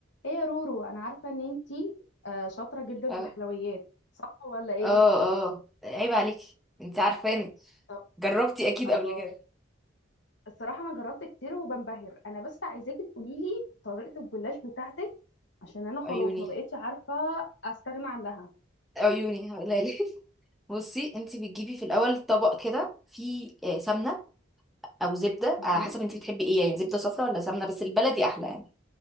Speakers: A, on the left; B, in the centre.
A: ايه يا رورو انا عارفه ان انتي آه، شاطره جدا
B: اه
A: في الحلويات صح ولا ايه
B: اه اه عيب عليك انت عارفاني
A: طب
B: جربتي اكيد
A: الله
B: قبل كده
A: الصراحه انا جربت كتير وبنبهر انا بس عايزاكي تقولي لي طريقه الجلاش بتاعتك عشان انا خلاص
B: عيوني
A: ما بقتش عارفه استغنى عنها
B: عيوني هقولها <laughs> بصي انت بتجيبي في الاول طبق كده فيه آه، سمنه او زبده
A: تمام
B: على حسب انت بتحبي ايه يعني زبده صفرا ولا سمنه بس البلدي احلى يعني